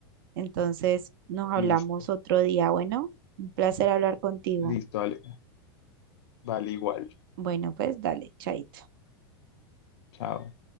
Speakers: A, on the right; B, on the left.
A: Entonces nos hablamos
B: Listo,
A: otro día. Bueno, un placer hablar contigo.
B: listo, vale, vale igual.
A: Bueno, pues dale, chaito.
B: Chao.